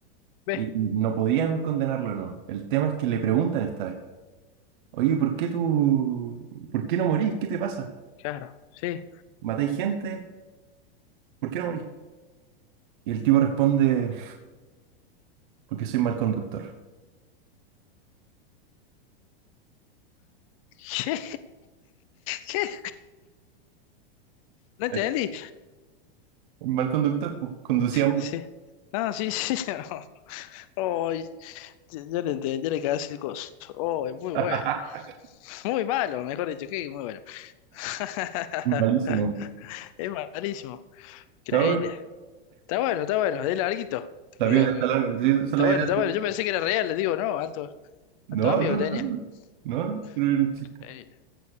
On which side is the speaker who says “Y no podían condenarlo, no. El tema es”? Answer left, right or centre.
Right